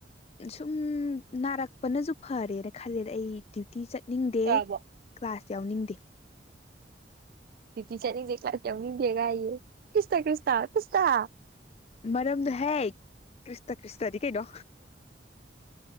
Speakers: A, on the left; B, on the right.
A: ꯁꯨꯝ ꯅꯥꯔꯛꯄꯅꯁꯨ ꯐꯔꯦꯅ ꯈꯜꯂꯦꯗ ꯑꯩ ꯁꯨꯇꯤ ꯆꯠꯅꯤꯡꯗꯦ
B: ꯇꯧꯔꯕꯣ
A: ꯀ꯭ꯂꯥꯁ ꯌꯥꯎꯅꯤꯡꯗꯦ
B: ꯇꯤꯆꯔꯅꯤ ꯌꯦꯦ ꯀ꯭ꯂ ꯇꯎꯅꯤ ꯊꯦꯒꯌꯦ ꯀ꯭ꯔꯤꯁꯇ ꯀ꯭ꯔꯤꯁꯇ ꯀꯁꯇ
A: ꯃꯔꯝꯗꯣ ꯍꯦꯛ ꯈ꯭ꯔꯤꯁꯇ ꯈ꯭ꯔꯤꯁꯇꯗꯤ ꯀꯩꯅꯣ